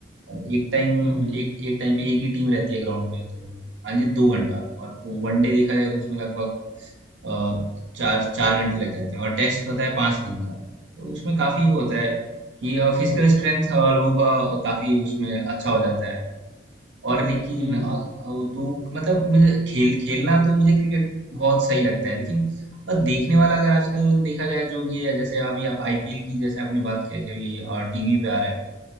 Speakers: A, on the right; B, on the right.
A: और एक टाइम
B: हम्म
A: एक एक टाइम पे एक ही टीम रहती है ग्राउंड पे तो मान लीजिए दो घंटा और
B: हम्म
A: वनडे देखा जाए तो उसमें लगभग अ, चार चार घंटे लग जाते हैं और टेस्ट होता है पाँच दिन का तो उसमें काफ़ी वो होता है कि फिजिकल स्ट्रेंथ लोगों का काफ़ी उसमें अच्छा हो जाता है और लेकिन
B: हम्म
A: अ, अ, वो तो मतलब मुझे खेल खेलना तो मुझे क्रिकेट बहुत सही लगता है लेकिन अ, देखने वाला अगर आजकल देखा जाए जो ये है, जैसे अभी आप आईपीएल की जैसे आपने बात किया कि अभी टीवी पे आ रहा है